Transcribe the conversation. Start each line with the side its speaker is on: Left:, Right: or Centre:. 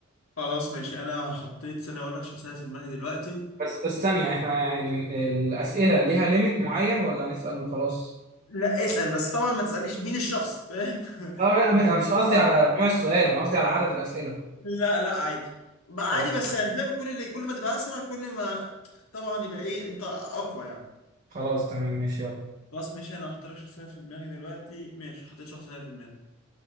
Left: خلاص ماشي انا حطيت سنة اقول لك شخصية في دماغي دلوقتي
Right: بس بس ثانية احنا يعني الأسئلة ليها ليميت معين ولا نسأل وخلاص؟
Left: لا اسأل بس طبعا ما تسأليش مين الشخص فاهم <laughs>
Right: اه انا مش قصدي
Left: اه
Right: على نوع السؤال انا قصدي على عدد الأسئلة
Left: لا لا عادي ما عادي
Right: خلاص
Left: بس يعني فاهم كل اللي كل ما تبقى اسرع كل ما طبعا يبقى ايه انت اقوى يعني
Right: خلاص تمام ماشي يلا
Left: خلاص ماشي انا هختار لك شخصيه في دماغي دلوقتي ماشي حطيت شخصيه في دماغي